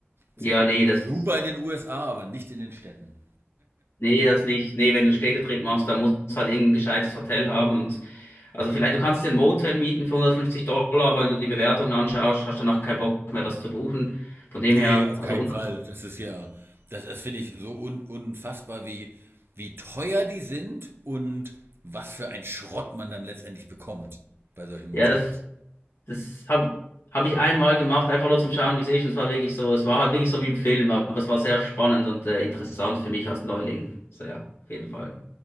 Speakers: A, on the left (about 75°); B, on the right (about 65°).
A: Ja,
B: Zelten
A: nee,
B: geht jetzt
A: das.
B: super in den USA, aber nicht in den Städten.
A: Nee, das nicht. Nee, wenn du Städtetrip machst, dann musst du halt irgendein gescheites Hotel haben und also vielleicht, du kannst dir ein Motel mieten für 150 Dollar, aber wenn du die Bewertungen anschaust, hast du danach keinen Bock mehr, das zu buchen. Von dem
B: Nee,
A: her,
B: auf
A: also
B: keinen
A: unter,
B: Fall. Das ist ja, das, das finde ich so un, unfassbar, wie, wie teuer die sind und was für ein Schrott man dann letztendlich bekommt bei solchen Motels.
A: ja, das, das habe hab hab ich einmal gemacht, einfach nur zum Schauen, wie es ist. Und es war wirklich so, es war halt wirklich so wie im Film, aber es war sehr spannend und äh, interessant für mich als Neuling. So ja, auf jeden Fall.